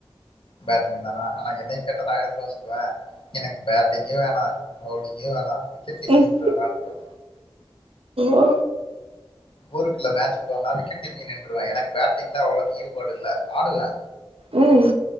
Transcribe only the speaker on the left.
பேட்டிங் தானா ஆனா என்னை கேட்டா நா எதமா சொல்லுவே எனக்கு பேட்டிங்கியு வேணு பவுலிங்கியு வேணு <unintelligible>
விட்றவனா விட்றுவே
ஒரு சில மேட்ச் போனா விக்கெட் கீப்பிங் நின்றுவே எனக்கு பேட்டிங்ல அவ்ளோவுக்கு ஈடுபாடுல்ல ஆடுவே